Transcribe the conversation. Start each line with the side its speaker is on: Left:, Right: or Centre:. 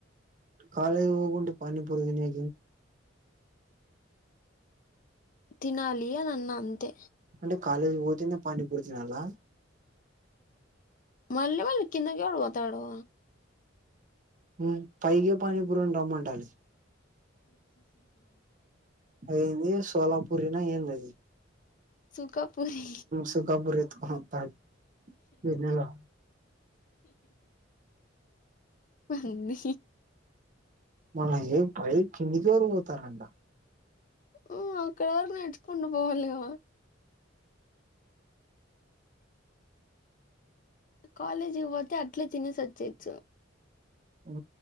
Right: కాలేజ్ వోకుంటే పనిపూరి తినే
Left: తినాలి అని అన్న అంతే
Right: అంటే కాలేజీ వోతేనే పనిపూరి తినలా
Left: మళ్ళీ మళ్ళ కిందకెవాడు వోతాడూ
Right: ఉ పైకె పనిపురోని రమ్మంటాలే అదింది సోలంపూరినా ఏంది అది
Left: సుకా పురి
Right: సుఖాపూరి ఎత్తుకొని వత్తాడు గిన్నెలో
Left: పని
Right: మాల్ ఏం పై కిందికేవరు వోతారంట
Left: ఆ అక్కడ వర్కు నడ్చుకుంట పోవాలి గా కాలేజికి వోతే అట్లే తినేసి ఒచ్చేచ్చు
Right: ఆ